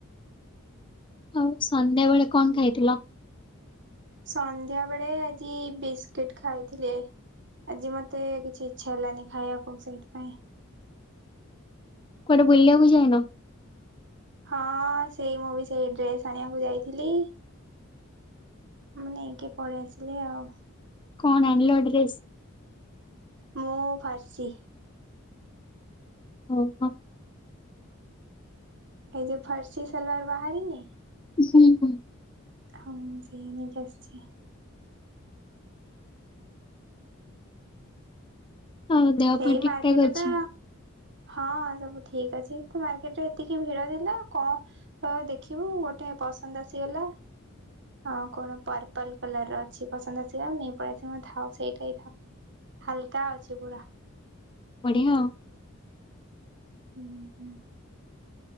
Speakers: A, on the left; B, on the right.
A: ହଉ ସନ୍ଧ୍ୟା ବେଳେ କଣ ଖାଇଥିଲ?
B: ସନ୍ଧ୍ୟା ବେଳେ ଆଜି ବିସ୍କୁିଟ ଖାଇଥିଲେ। ଆଜି ମତେ କିଛି ଇଛା ହେଲାନି ଖାଇବାକୁ ସେଇଥିପାଇଁ।
A: କୁଆଡେ ବୁଲିବାକୁ ଯାଇନ?
B: ହଁ ସେଇ ମୁଁ ବି ସେଇ ଡ୍ରେସ ଆଣିବାକୁ ଯାଇଥିଲି। ମାନେ ନେଇକି ପଳେଇ ଆସିଲି ଆଉ
A: କଣ ଆଣିଲ ଡେ୍ରସେ <inaudible>
B: ମୁଁ ଫ୍ରାର୍ସି
A: ଓହୋ।
B: ଏ ଯେ ଫର୍ସି ସଲବାର ବାହାରି ନି?
A: ହୁଁ ହୁଁ।
B: ହଁ ସେଇଆ ନେଇକି ଆସିଛି।
A: ଆଉ ଦେହ
B: ସେଇ
A: ପା ଠିକ
B: ମାର୍କେଟରେ
A: ଠାକ ଅଛି?
B: ତ ହଁ ସବୁ ଠିକ ଅଛି ତୁ ମାର୍କେଟ ରେ ଏତିକି ଭିଡ ଥିଲା କଣ ଦେଖିବୁ ଗୋଟେ ପସନ୍ଦ ଆସିଗଲା। ହଁ କଣ ପର୍ପଲ କଲର ର ଅଛି ପସନ୍ଦ ଆସ ନେଇ ଥାଉ ସେଇଟା ହି ଥାଉ। ହାଲକା ଅଛି ପୁରା <inaudible> <inaudible>
A: ବଢିଆ ଆଉ
B: ହୁଁ ହୁଁ।